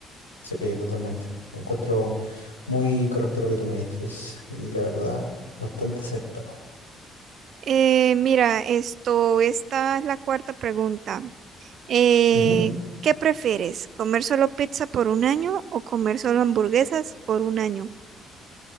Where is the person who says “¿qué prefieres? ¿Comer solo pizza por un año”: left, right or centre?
Right